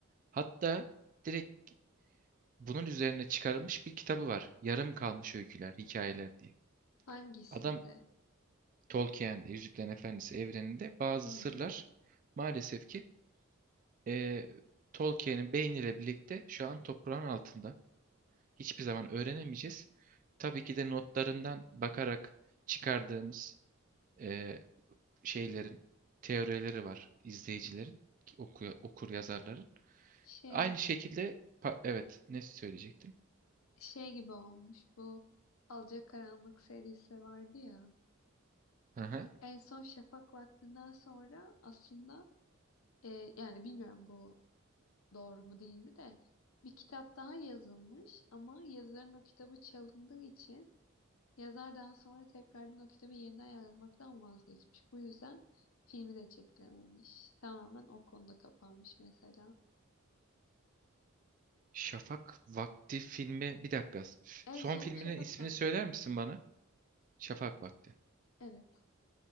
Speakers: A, on the right; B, on the left.
A: hatta direkt Bunun üzerine çıkarılmış bir kitabı var. Yarım kalmış öyküler, hikayeler diye.
B: Hangisinde?
A: Adam Tolkien'de, Yüzüklerin Efendisi evreninde bazı
B: Hmm.
A: sırlar maalesef ki eee, Tolkien'in beyniyle birlikte şu an toprağın altında. Hiçbir zaman öğrenemeyeceğiz. Tabii ki de notlarından bakarak çıkardığımız eee, şeylerin teorileri var izleyicilerin, oku- okur yazarların.
B: Şey,
A: Aynı şekilde pa- evet ne söyleyecektim?
B: şey gibi olmuş bu Alacakaranlık serisi vardı ya.
A: Aha.
B: En son şafak vaktinden sonra aslında e, yani bilmiyorum bu doğru mu değil mi de bir kitap daha yazılmış ama yazarın o kitabı çalındığı için yazar daha sonra tekrardan o kitabı yeniden yazmaktan vazgeçmiş. Bu yüzden filmi de çekilememiş. Tamamen o konuda kapanmış mesela.
A: Şafak Vakti filmi bir dakika.
B: En
A: Son
B: sonu
A: filminin
B: Şafak
A: ismini
B: Vakti.
A: söyler misin bana? Şafak Vakti.
B: Evet.